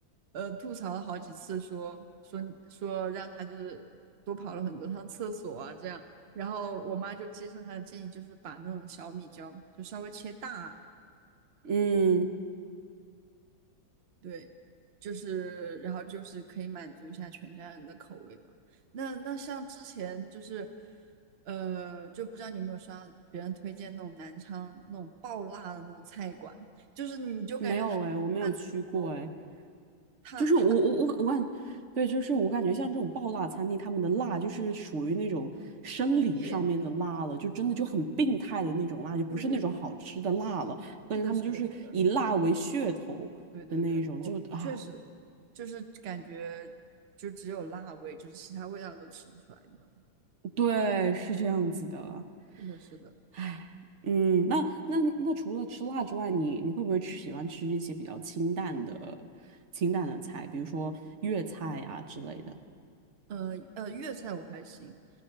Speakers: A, on the right; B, on the right.
A: 呃吐槽了好几次说，说说让他就是多跑了很多趟厕所啊这样，然后我妈就接受他的建议，就是把那种小米椒就稍微切大。
B: 嗯。
A: 对，就是然后就是可以满足一下全家人的口味吧。那那像之前就是，呃，就不知道你有没有刷别人推荐那种南昌那种爆辣的那种菜馆，就是你就感觉他办哦，
B: 没有哎，我没有去过哎，
A: 他他
B: 就是我我我我感，对，就是我感觉像这种爆辣餐厅，他们的辣就是属于那种生理上面的辣了，
A: 工业，
B: 就真的就很病态的那种辣，就不是那种好吃的辣了。
A: 对对对，
B: 我感觉他们就是以辣为噱头的那一种，
A: 是的，是的，是的，对对对，我确实
B: 就啊，
A: 就是感觉就只有辣味，就是其他味道都吃不出来那种。
B: 对，是这样子的。
A: 是的，是的。
B: 唉，嗯，那那那除了吃辣之外，你你会不会吃喜欢吃一些比较清淡的清淡的菜，比如说粤菜呀、之类的？
A: 呃呃，粤菜我还行，